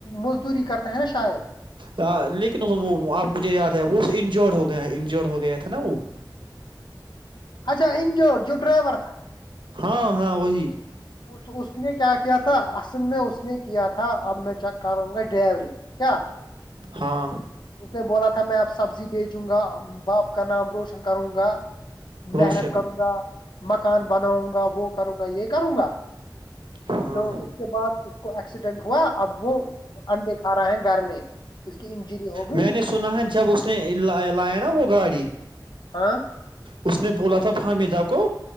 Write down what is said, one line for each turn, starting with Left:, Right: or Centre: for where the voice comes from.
Left: مزدوری کرتا ہے نا شاید
Right: ہاں لیکن وہ آپ مجھے یاد ہے وہ انجڈ ہو گیا انجورڈ ہو گیا تھا نا وہ
Left: اچھا انج جو ڈرائیور تھا
Right: ہاں ہاں وہی
Left: اس اس نے کیا کیا تھا اصل میں اس نے کیا تھا اب میں چیک کروں گا ڈروری کیا
Right: ہاں
Left: اس نے بولا تھا میں اب سبزی بھیجوں گا باپ کا نام روشن کروں گا
Right: روشن
Left: محنت کروں گا مکان بناؤں گا وہ کروں گا یہ کروں گا
Right: ہاں
Left: تو اس کے بعد اس کو ایکس ڈنٹ ہوا اب وہ انڈے کھا رہا ہیں گھر میں اس کی انجری ہوگی
Right: میں نے سنا ہے جب اس نے لایا نا وہ گاڑی
Left: ہاں
Right: اس نے بولا تھا فامدا کو